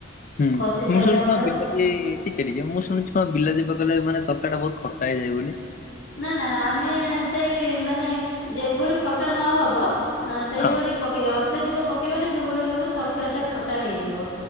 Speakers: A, on the left (about 40°); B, on the left (about 70°).
A: ହୁଁ
B: କଷି
A: ମୁଁ
B: ସାଇଲା
A: ଶୁଣିଛି, କ
B: ପରେ
A: ବିଲାତି ଟିକେ ଟିକେ ମୁଁ ଶୁଣିଛି କ ବିଲାତି ପକେଇଲେ ମାନେ ତ କାରିଟା ବହୁତ ଖଟା ହେଇଯାଏ ବୋଲି।
B: ନା ନା ଆମେ ସେଇ ମାନେ ଯେଭଳି ଖଟା ନହବ ହ ସେଇଭଳି
A: ହଁ
B: ପକେଇବା। ଅତ୍ୟଧିକ ପକେଇବାନି ଯୋଉ ଭଳି ଭାବେ ତରକାରୀ ଟା ଖଟା ହେଇ ଯିବ,